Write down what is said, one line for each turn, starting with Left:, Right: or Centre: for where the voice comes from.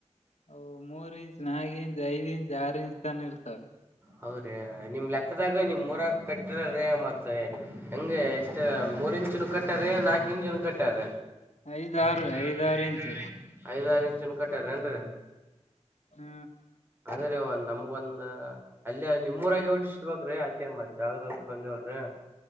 Left: ಓ ಮೂರ್ ಇಂಚ್ ನಾಲ್ು ಇಂಚ್ ಐದ್ ಇಂಚ್ ಆರು ಇಂಚ್ ತಾನ ಇರ್ತಾವ
Right: ಹೌದ್ರೀ ನಿಮ್ ಲೆಕ್ಕದಾಗ ನಿಮ್ ಮೂರಾಗ ಕಟ್ಟರ ರೀ ಮತ್ತೆ ಹೆಂಗಗೆ ಎಷ್ಟ ಮೂರ್ ಇಂಚ ಕಟ್ಟರಿ ನಾಕು ಇಂಚ ಕಟ್ಟ್ರ
Left: ಐದ್ ಆರ್ರಿ
Right: ಐದ
Left: ಐದ್ ಆರ್
Right: ಐದ
Left: ಇಂಚ್
Right: ಐದಾರು ಇಂಚ ಕಟ್ಟಾರೇಏನ್ರೀ
Left: ಹಾ
Right: ಅದೇ ರೀ ಒ ನಮ್ಗೊಂದ್ ಅಲ್ಲಿೇ ನಿಮ್ೂರಾಗ ಹಟ್ಟಿಸಬೇಕ್ರೀ ಅಲ್ಲಿೇ ಮ ಜಾಗದಕಂದ ಹೇಳ್ರಿ